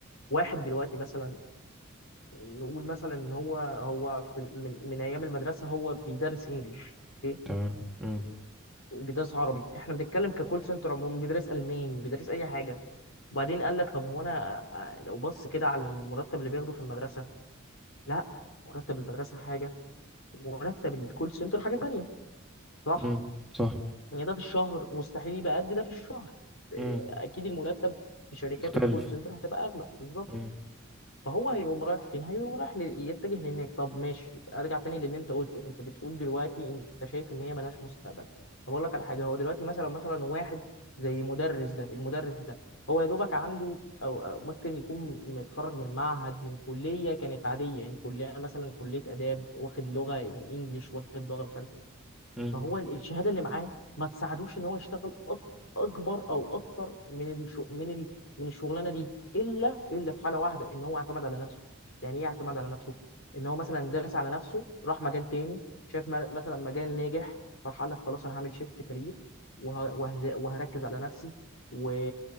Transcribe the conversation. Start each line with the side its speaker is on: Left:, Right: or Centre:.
Left: واحد دلوقتي مثلا نقول مثلا ان هو هو في من, من ايام المدرسه هو بيدرس انجليش اوكي
Centre: تمام امم
Left: بيدرس عربي احنا بنتكلم ككول سنتر عموما بيدرس الماني بيدرس اي حاجه وبعدين قال لك طب هو انا آه، لو بص كده على المرتب اللي بياخده في المدرسه لا مرتب المدرسه حاجه ومرتب الكول سنتر حاجه تانية صح
Centre: امم صح
Left: يعني ده في الشهر مستحيل يبقى قد ده في الشهر إيه،
Centre: امم
Left: اكيد المرتب في شركات
Centre: مختلف
Left: الكول سنتر هتبقى اغلى بالظبط
Centre: امم
Left: فهو هيقوم رايح فين هيقوم رايح ل- يتجه لهناك طب ماشي ارجع تاني للي انت قلته انت بتقول دلوقتي انت شايف ان هي ملهاش مستقبل طب اقول لك على حاجه هو دلوقتي مثلا مثلا واحد زي مدرس ده المدرس ده هو يا دوبك عنده او أو ممكن يكون متخرج من معهد من كليه كانت عاديه يعني كليه مثلا كليه اداب واخد لغه انجليش واخد لغه مش عارف
Centre: امم
Left: فهو ال- الشهاده اللي معاه ما تساعدوش ان هو يشتغل أك- اكبر او اكثر من الشو من ال... من الشغلانه دي الا الا في حاله واحده ان هو اعتمد على نفسه يعني ايه اعتمد على نفسه ان هو مثلا داس على نفسه راح مجال تاني شايف م- مثلا مجال ناجح فراح قال لك خلاص انا هعمل شيفت كارير وه... وه... وهركز على نفسي و...